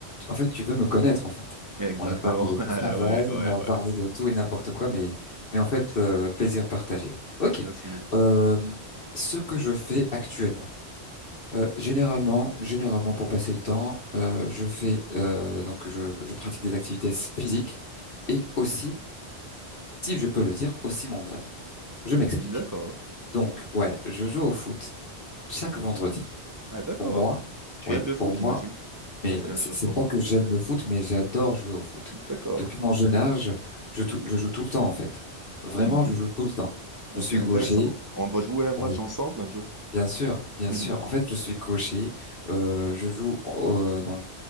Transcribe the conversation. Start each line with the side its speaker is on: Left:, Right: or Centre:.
Left: en fait, tu veux me connaître, en fait.
Right: Exactement.
Left: On a parlé de
Right: <laughs> Ouais,
Left: travail,
Right: ouais,
Left: on a
Right: ouais.
Left: parlé de tout et n'importe
Right: <laughs>
Left: quoi, mais, mais en fait, le plaisir partagé. Ok.
Right: Merci.
Left: Euh, ce que je fais actuellement. Euh, généralement, généralement pour passer le temps, euh, je fais euh, donc je, je pratique des activités physiques et aussi, si je peux le dire, aussi mentales. Je m'explique.
Right: D'accord.
Left: Donc ouais, je joue au foot chaque vendredi.
Right: Ah, d'accord.
Left: Pour moi,
Right: Tu
Left: oui,
Right: aimes le
Left: pour
Right: foot, j'imagine.
Left: moi. Mais
Right: Ah, c'est la
Left: c'est
Right: même chose
Left: c'est
Right: pour
Left: pas
Right: moi.
Left: que j'aime
Right: Ouais.
Left: le foot, mais j'adore jouer au foot.
Right: D'accord.
Left: Depuis mon jeune âge, je, tou- je joue tout le temps en fait. Vraiment,
Right: Mhm.
Left: je joue tout le temps.
Right: Ah,
Left: Je
Right: c'est
Left: suis
Right: intéressant.
Left: gaucher.
Right: On doit jouer un match
Left: Bon,
Right: ensemble un jour.
Left: Bien sûr, bien
Right: <laughs>
Left: sûr. En fait, je suis gaucher. Euh, je joue euh, dans. le-